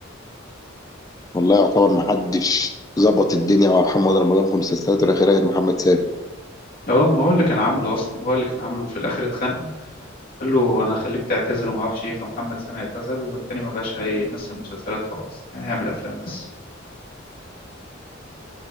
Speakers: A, on the left; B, on the left.
A: والله يعتبر ما حدش ظبط الدنيا مع محمد رمضان في مسلسلاته الاخيره غير محمد سامي
B: اه ما هو اللي كان عامله أصلا هو اللي كان عامله وفي الآخر اتخانقوا قال له أنا هخليك تعتزل وما أعرفش إيه فمحمد سامي اعتزل والتاني ما بقاش هيمثل مسلسلات خلاص كان هيعمل أفلام بس